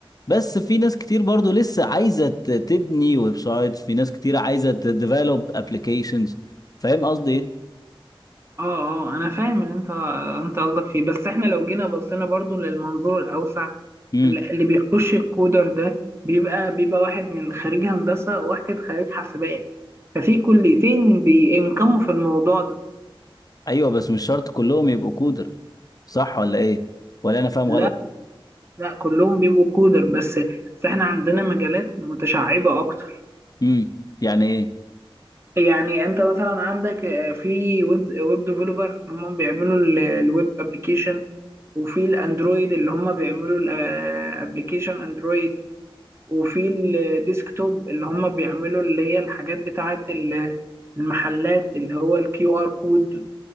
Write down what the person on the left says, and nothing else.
بس في ناس كتير برضو لسه عايزه ت- تبني ويب سايتس في ناس كتير عايزه تديفلوب ابلكيشنز فاهم قصدي
ايه
ايوه بس مش شرط كلهم يبقوا كودر صح ولا ايه ولا انا فاهم
غلط
امم يعني ايه